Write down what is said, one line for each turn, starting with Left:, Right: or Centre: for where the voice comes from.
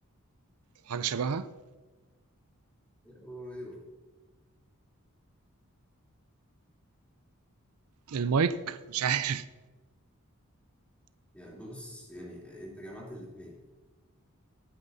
Right: حاجة شبهها
Centre: ايوه
Right: المايك مش عارف
Centre: يعني بص يعني انت جمعت الاتنين